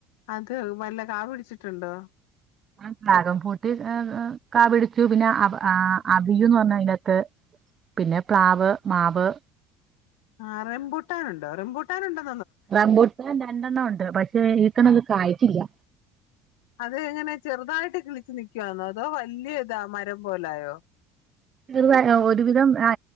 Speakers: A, on the left; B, on the right.
A: അത് വല്ല കാ പിടിച്ചിട്ടുണ്ടോ.
B: ആ ഡ്രാകം പൂട്ട് ആ ആ ക പിടിച്ചു പിന്നെ ആ അവിയന്ന് പറഞ്ഞ അതിന്റെകത്ത് പിന്നെ പ്ലാവ്, മാവ്
A: ആ റെംമ്പൂട്ടാൻ ഉണ്ടോ റംബൂട്ടാനണ്ടോ
B: റബൂട്ട രണ്ടെണ്ണം ഉണ്ട്. പക്ഷെ എക്കണം അത് കായിച്ചില്ല.
A: അത് എങ്ങനെ ചെറുതായിട്ട് കിളിച്ച് നിക്കുവാന്നോ അതോ വലിയ ഇതാ മരം പോലായോ.
B: ചെറുതായി ഒരുവിധം ആ